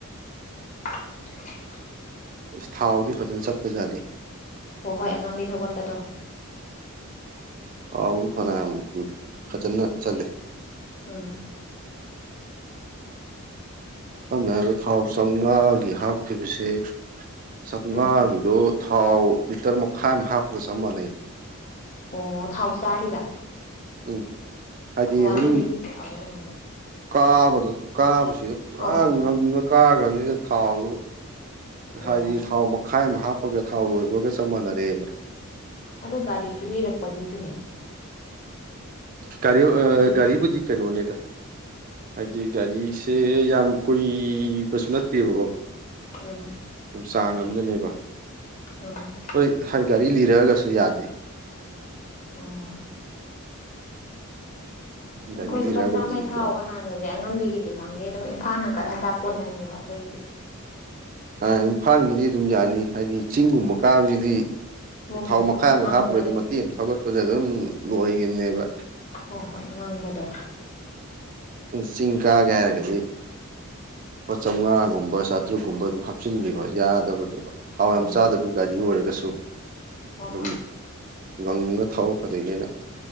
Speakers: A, on the left; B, on the right.
A: <unintelligible>
B: ꯑꯁ ꯊꯥꯎꯗꯤ ꯐꯖꯅ ꯆꯠꯄꯖꯥꯠꯅꯤ
A: ꯍꯣ ꯍꯣꯏ ꯑꯉꯝꯕꯤ ꯊꯧꯒꯠꯄꯗꯣ
B: ꯊꯥꯎꯗꯤ ꯐꯅꯌꯥꯝ ꯐꯖꯅ ꯆꯠꯂꯤ
A: ꯎꯝ
B: ꯁꯝꯅ ꯍꯥꯏꯕꯗ ꯊꯥꯎ ꯆꯧꯉꯥꯒꯤ ꯍꯥꯞꯈꯤꯕꯁꯦ ꯆꯧꯉꯥꯒꯤꯗꯣ
A: ꯎꯝ
B: ꯊꯥꯎ ꯂꯤꯇꯔ ꯃꯈꯥꯏ ꯑꯃ ꯍꯥꯞꯄꯒ ꯆꯞ ꯃꯥꯟꯅꯩ
A: ꯑꯣ ꯊꯥꯎ ꯆꯥꯔꯤꯕ
B: ꯎꯝ ꯍꯥꯏꯗꯤ
A: ꯑꯣ
B: ꯑꯗꯨꯝ
A: ꯑꯗꯨꯗꯤ ꯂꯩꯔꯛꯑꯕ ꯑꯣꯏꯔꯝꯒꯅꯤ
B: ꯀꯥꯕꯗꯣ ꯀꯥꯕꯁꯤꯗ ꯄꯨꯔꯥ
A: ꯑꯧ ꯑꯣ
B: ꯉꯪꯉ ꯀꯥꯒ꯭ꯔꯅꯤꯅ ꯊꯥꯎꯗꯨ
A: ꯑꯣ
B: ꯍꯥꯏꯗꯤ ꯊꯥꯎ ꯃꯈꯥꯏ ꯑꯃ ꯍꯥꯞꯄꯒ ꯊꯥꯎ ꯂꯣꯏꯕꯒ ꯆꯞ ꯃꯥꯟꯅꯔꯦꯕ
A: ꯑꯗꯨ ꯒꯥꯔꯤꯖꯨ ꯂꯤꯔꯛꯄꯒꯤꯖꯨꯅꯦ
B: ꯒꯔꯤ ꯑ
A: ꯑꯗꯨꯗꯣ
B: ꯒꯥꯔꯤꯕꯨꯗꯤ ꯀꯩꯅꯣꯅꯤꯗ ꯍꯥꯏꯗꯤ ꯒꯥꯔꯤꯁꯦ ꯌꯥꯝ ꯀꯨꯏꯕꯁꯨ ꯅꯠꯇꯦꯕꯀꯣ
A: ꯎꯝ
B: ꯗꯨꯝ ꯆꯥꯡ ꯑꯃꯗꯅꯦꯕ
A: ꯎꯝ
B: ꯍꯣꯏ ꯈ ꯒꯥꯔꯤ ꯂꯤꯔꯛꯑꯒꯁꯨ ꯌꯥꯗꯦ
A: ꯑꯣ
B: ꯒꯥꯔꯤ
A: ꯑꯩꯈꯣꯏ
B: ꯂꯤꯔꯛꯑꯒꯗꯤ
A: ꯂꯨꯄꯥ ꯆꯥꯝꯃꯩ ꯊꯥꯎꯒ
B: ꯄꯨꯔꯥ
A: ꯍꯥꯟꯕꯖꯦ ꯑꯉꯝꯕꯤꯒꯤꯗꯤ ꯈꯪꯗꯦ ꯗꯨꯝ ꯏꯝꯐꯥꯟ ꯍꯟꯒꯠ ꯍꯟꯗ ꯀꯣꯟꯅꯩꯌꯦꯕ ꯑꯩꯈꯣꯏꯒꯤꯗꯤ
B: ꯑ ꯏꯝꯐꯥꯟꯒꯤꯗꯤ ꯗꯨꯝ ꯌꯥꯅꯤ ꯍꯥꯏꯗꯤ ꯆꯤꯡꯒꯨꯝꯕ ꯀꯥꯕꯖꯤꯗꯤ
A: ꯍꯣꯏ
B: ꯊꯥꯎ
A: ꯍꯣꯏ
B: ꯃꯈꯥꯏ
A: ꯍꯣꯏ
B: ꯑꯃꯒ
A: ꯉꯪꯕꯗꯣ
B: ꯍꯥꯞꯄꯨꯔꯗꯤ ꯃꯇꯦꯛ ꯑꯃ ꯊꯧꯒꯠꯄꯗ ꯑꯗꯨꯝ ꯂꯣꯏꯈꯤꯕꯅꯦꯕ
A: ꯍꯣꯏ ꯍꯣꯏ ꯉꯪꯕꯗꯣ
B: ꯆꯤꯡ ꯀꯥꯒꯦ ꯍꯥꯏꯔꯒꯗꯤ ꯂꯨꯄꯥ ꯆꯧꯃꯉꯥꯒꯨꯝꯕ ꯆꯥꯇ꯭ꯔꯨꯛꯀꯨꯝꯕ ꯑꯗꯨꯝ ꯍꯥꯞꯆꯤꯟꯈꯤꯕ ꯌꯥꯗꯕꯅꯦꯕ ꯊꯥꯎ
A: ꯎꯝ
B: ꯌꯥꯝ ꯆꯥꯗꯕ ꯒꯥꯔꯤ ꯑꯣꯏꯔꯒꯁꯨ
A: ꯍꯣꯏ
B: ꯑꯗꯨꯝ
A: ꯍꯣꯏ
B: ꯉꯪꯉ ꯊꯥꯎꯔꯛꯄꯗꯣꯏꯅꯤꯅ